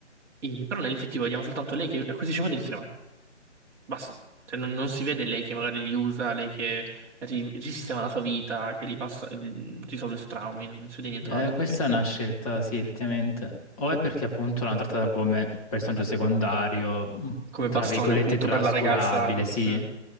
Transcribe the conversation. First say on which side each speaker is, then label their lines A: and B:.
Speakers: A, in the centre; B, on the left.
A: E- però nell'effettivo vediamo soltanto lei che acquisisce poteri e se ne va. Basta. Cioè, non, non si vede lei che magari li usa, lei che ri- risistema la sua vita, che gli passa, mm, risolve i suoi traumi, non si vede nient'altro.
B: Eh, questa è una scelta, sì, effettivamente. O è perché appunto l'hanno trattata come personaggio secondario, mm,
A: come
B: tra
A: bastone
B: virgolette
A: appunto
B: trascurabile,
A: per la ragazza.
B: sì.
A: sì.